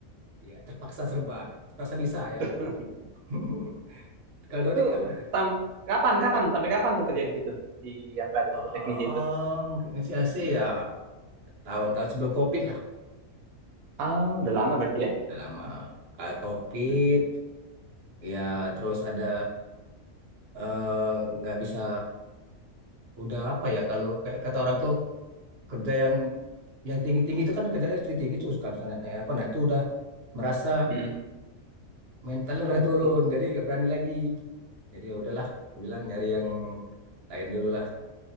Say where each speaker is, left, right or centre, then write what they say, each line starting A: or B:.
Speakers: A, on the right (about 55°); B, on the right (about 90°).
A: ya terpaksa serba terpaksa bisa ya
B: <laughs>
A: <laughs> kalau
B: Itu
A: Dodik apa
B: sam- kapan kapan sampai kapan tuh kerja di situ di yang tadi
A: Oh,
B: itu teknisi itu?
A: inisiasi ya tahun-tahun sebelum COVID lah,
B: Oh udah lama berarti ya?
A: udah lama Kayak COVID,
B: Mm-mm.
A: ya terus ada eh, nggak bisa udah apa ya kalau kayak kata orang tuh kerja yang yang tinggi-tinggi itu kan kerjanya tinggi-tinggi tuh suka misalnya naik apa nah itu udah merasa
B: Mm-mm.
A: mentalnya
B: Oke,
A: udah turun jadi nggak berani lagi jadi ya udahlah gue bilang nyari yang lain dulu lah